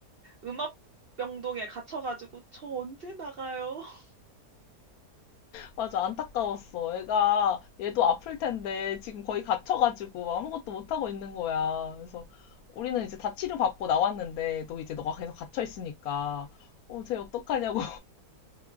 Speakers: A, on the right; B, on the left.
A: 음압병동에 갇혀가지고 저 언제 나가요? <laughs>
B: 맞아. 안타까웠어. 애가, 얘도 아플 텐데, 지금 거의 갇혀가지고 아무것도 못하고 있는 거야. 그래서 우리는 이제 다 치료받고 나왔는데, 너 이제 너가 계속 갇혀있으니까, 어, 쟤 어떡하냐고